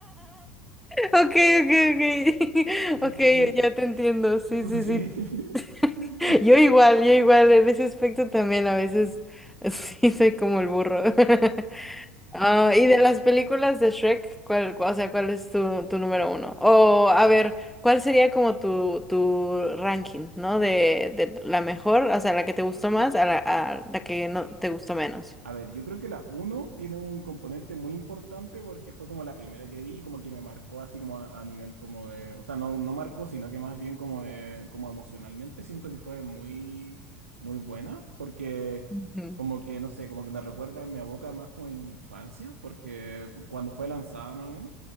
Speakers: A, in the centre; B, on the right.
A: Ok, ok,
B: Siento
A: ok. <laughs> Ok,
B: que...
A: ya te entiendo. Sí,
B: <laughs>
A: sí,
B: Sí.
A: sí.
B: <laughs>
A: Yo igual, yo igual, en ese aspecto también a veces <laughs> sí soy como el burro. <laughs> Ah, y de las películas de Shrek, ¿cuál, o sea, cuál es tu, tu número uno? O, a ver, ¿cuál sería como tu, tu ranking, ¿no? De, de la mejor, o sea, la que te gustó más a la, a la que no te gustó menos.
B: A ver, yo creo que la uno tiene un componente muy importante porque fue como la primera que vi y como que me marcó así como a, a nivel como de, o sea, no, no marcó, sino que más bien como de, como emocionalmente siento que fue muy, muy buena porque
A: Ujú.
B: como que, no sé, como que me recuerda, me aboca más como en mi infancia porque cuando fue lanzada más o menos.